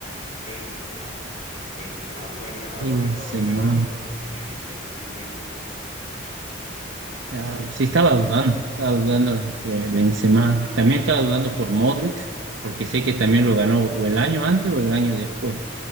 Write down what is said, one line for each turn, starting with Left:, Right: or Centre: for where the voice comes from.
Left: Benzema. Benzema fue el ganador
Right: Benzema.
Left: del Balón de Oro en el 2022. Así es.
Right: Claro, sí estaba dudando, estaba dudando entre Benzema, también estaba dudando por Modric, porque sé que también lo ganó o el año antes o el año después.